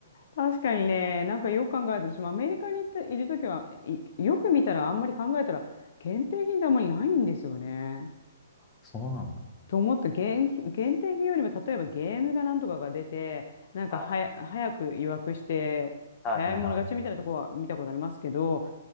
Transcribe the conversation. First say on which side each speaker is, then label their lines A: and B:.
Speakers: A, on the left; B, on the left.
A: 確かにね、なんかよく考えたら、私もアメリカに行ったいるときは、いよく見たらあんまり考えたら限定品ってあんまりないんですよね。
B: そうなんだ。
A: と思った限、限定品よりも例えばゲームがなんとかが出てなんかはや早く予約して早い者勝ちみたいなとこは見たことありますけど
B: はい。はいはいはい。